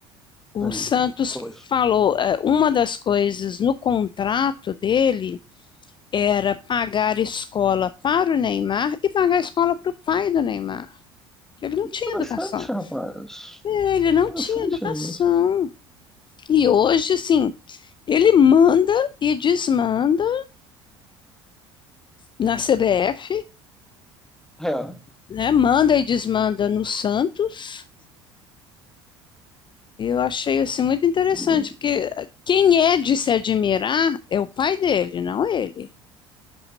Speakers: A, on the left; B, in the centre.
A: o
B: sim.
A: Santos
B: Pois.
A: falou, eh, uma das coisas no contrato dele era pagar escola para o Neymar e pagar a escola para o pai do Neymar. Ele não
B: Interessante,
A: tinha educação.
B: rapaz.
A: Ele não
B: Interessante
A: tinha educação.
B: isso.
A: E hoje, sim, ele manda e desmanda na CBF,
B: É.
A: né? Manda e desmanda no Santos. Eu achei assim muito interessante,
B: Eu digo,
A: porque quem é de se admirar é o pai dele, não ele.